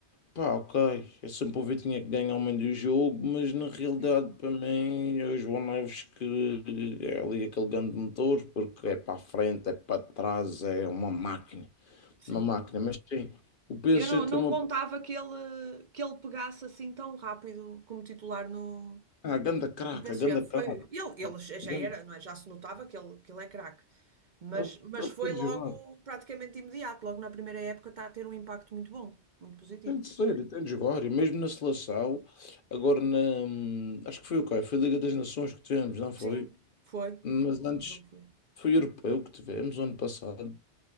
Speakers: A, on the left; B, on the right.
A: Pá, ok. Eu sempre ouvi que tinha que ganhar o meio do jogo, mas na realidade,
B: Sim,
A: para mim, é o João Neves que é ali aquele grande motor, porque é para a frente, é para trás, é uma máquina.
B: sim.
A: Uma máquina, mas sim, o PSG
B: Eu não,
A: tem
B: não
A: uma.
B: contava que ele, que ele pegasse assim tão rápido como titular no,
A: Ah, ganda craca,
B: no PSG.
A: ganda
B: Foi,
A: craca.
B: ele, ele já
A: Ganda...
B: era, não é? Já se notava que ele, que ele é craque. Mas,
A: Ele-
B: mas
A: ele
B: foi
A: Tem
B: logo,
A: de jogar.
B: praticamente imediato, logo na primeira época, está a ter um impacto muito bom, muito positivo.
A: Tem de ser, ele tem de jogar. E mesmo na seleção, agora na. Acho que foi o quê? Foi a Liga das Nações que tivemos, não foi?
B: Sim, foi.
A: Mas
B: O último
A: antes
B: jogo foi.
A: foi o europeu que tivemos ano passado.